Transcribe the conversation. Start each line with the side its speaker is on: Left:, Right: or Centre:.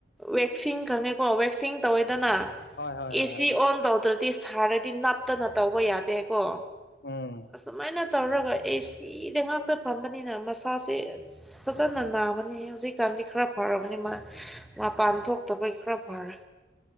Centre: ꯋꯦꯛꯁꯤꯡ ꯈꯪꯉꯦꯀꯣ ꯋꯦꯛꯁꯤꯡ ꯇꯧꯋꯦꯗꯅ
Left: ꯍꯣꯏ ꯍꯣꯏ
Centre: ꯑꯦꯁꯤ
Left: ꯍꯣꯏ ꯎꯝ
Centre: ꯑꯣꯟ ꯇꯧꯗ꯭ꯔꯗꯤ ꯁꯥꯔꯗꯤ ꯅꯞꯇꯅ ꯇꯧꯕ ꯌꯥꯗꯦꯀꯣ
Left: ꯎꯝ
Centre: ꯑꯁꯨꯃꯥꯏꯅ ꯇꯧꯔꯒ ꯑꯦ ꯁꯤꯗ ꯉꯥꯛꯇ ꯐꯝꯕꯅꯤꯅ ꯃꯁꯥꯁꯦ ꯐꯖꯅ ꯅꯥꯕꯅꯤ ꯍꯧꯖꯤꯛꯀꯥꯟ ꯈꯔ ꯐꯔꯕꯅꯤ ꯃꯄꯥꯟ ꯊꯣꯛꯇꯕꯒꯤ ꯈꯔ ꯐꯔꯦ